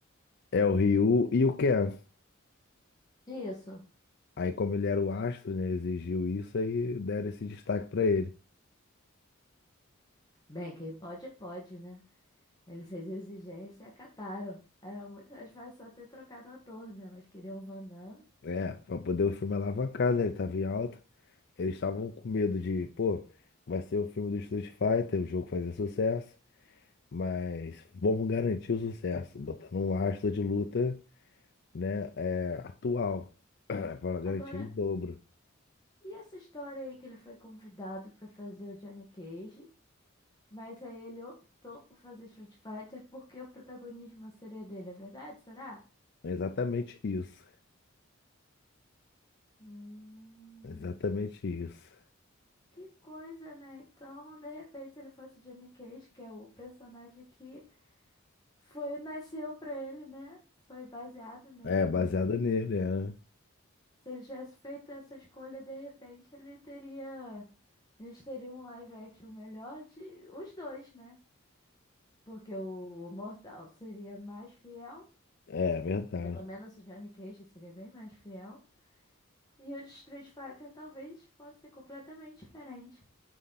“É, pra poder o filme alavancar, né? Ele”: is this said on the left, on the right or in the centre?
Left